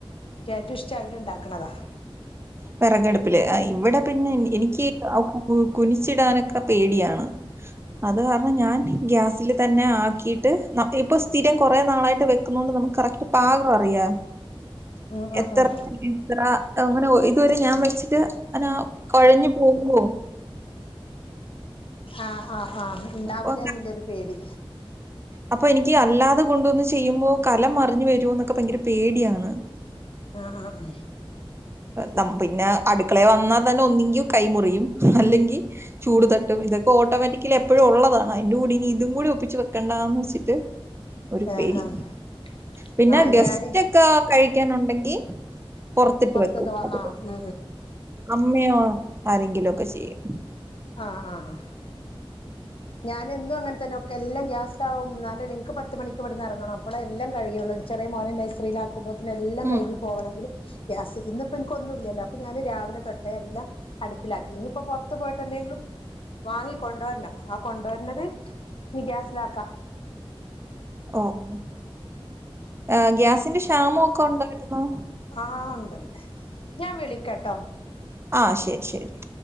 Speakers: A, on the left (about 65°); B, on the right (about 25°).
A: എനിക്ക് ഏറ്റവും ഇഷ്ടം അയിൽ ഉണ്ടാക്കണതാ
B: വിറകെടുപ്പില്, ആഹ് ഇവിടെ പിന്നെ എനിക്ക് കുനിച്ചിടാനൊക്കെ പേടിയാണ് അത് കാരണം ഞാൻ ഗ്യാസിൽ തന്നെ ആക്കിയിട്ട് ഇപ്പൊ സ്ഥിരം കുറെ നാളായിട്ട് വെ വെക്കുന്നു എന്നു പറഞ്ഞു നമുക്ക് കറക്റ്റ് പാകം അറിയാം
A: <unintelligible> ഉം
B: എത്ര
A: ഉം
B: എത്ര അങ്ങനെ പോയി ഇതുവരെ ഞാൻ വെച്ചിട്ട് അനാ കുഴഞ്ഞു പോവോ
A: ആഹ് ആഹ് ആഹ് ഉണ്ടാവിലെ
B: അപ്പൊ
A: ന്നല്ലൊരു പേടി
B: അപ്പൊ എനിക്ക് അല്ലാതെ കൊണ്ടു വന്ന് ചെയ്യുമ്പോ കലമറിഞ്ഞു വരോ എന്നൊക്കെ ഭയങ്കര പേടിയാണ്
A: ആഹ് ആഹ് ഹ
B: ന പിന്നെ അടുക്കളെ വന്നാൽ തന്നെ ഒന്നങ്കി കൈ മുറിയും അല്ലെങ്കിൽ ചൂട് തട്ടും ഇതൊക്കെ ഓട്ടോമാറ്റിക്കലി എപ്പോഴും ഉള്ളതാണ് അതിന്റെ കൂടനി ഇതും കൂടി ഒന്നിച്ചു വെക്കണ്ടന്ന് വെച്ചിട്ട് ഒരു
A: ആഹ്
B: പേടി
A: ആഹ്
B: പിന്നെ
A: ആഹ്
B: ഗസ്റ്റ്
A: ഞാന്
B: ഒക്കെ കഴിക്കാനുണ്ടെങ്കിൽ പുറത്തിട്ട് വെക്കും
A: അഥവാ
B: അത്
A: ആഹ്
B: അമ്മയോ ആരെങ്കിലൊക്കെ ചെയ്യും
A: ആഹ് ആഹ് ആഹ് ഞാന് എന്നും അങ്ങനെ തന്നെ എല്ലാം ഗ്യാസിലാവും എന്നാലേ നിക്ക് പത്ത് മണിക്ക്‌ ഇവിടന്ന് ഇറങ്ങണം അപ്പോഴെ എല്ലാം കഴിയുള്ളൂ ചെറിയ മോനെ നൈസ്രീയിലാക്കുമ്പോത്തിന് എല്ലാം
B: ഉം
A: കഴിഞ് പോകണെങ്കിൽ ഗ്യാസ് ഇന്ന ഇപ്പോ എനിക്കൊന്നുംല്ലല്ലോ അപ്പൊ ഞാന് രാവിലെ തൊട്ടേ എല്ലാം അടുപ്പിലാക്കി, ഇനിയിപ്പോ പുറത്ത് പോയിട്ട് എന്തെങ്കിലും വാങ്ങി കൊണ്ടുവരണം ആഹ് കൊണ്ടുവര്നത് ഇനി ഗ്യാസിലാക്കാ
B: ഓഹ് ഏഹ് ഗ്യാസിന് ക്ഷാമം ഒക്കെ ഉണ്ടായിര്ന്നോ
A: ആഹ് ഉണ്ട്ണ്ട് ഞാൻ വിളിക്കട്ടോ
B: ആഹ് ശരി ശരി